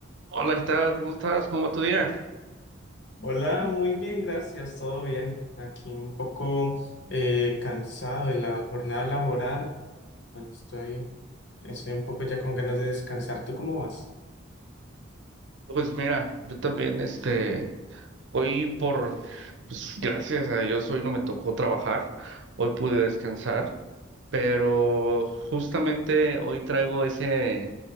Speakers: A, on the right; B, on the left.
A: Hola, ¿qué tal? ¿Cómo estás? ¿Cómo va tu día?
B: Hola, muy bien, gracias, todo bien. Aquí un poco eh, cansado de la jornada laboral. Bueno, estoy, estoy un poco ya con ganas de descansar. ¿Tú cómo vas?
A: Pues mira, yo también, este, hoy por, pues gracias a Dios, hoy no me tocó trabajar, hoy pude descansar, pero justamente hoy traigo ese,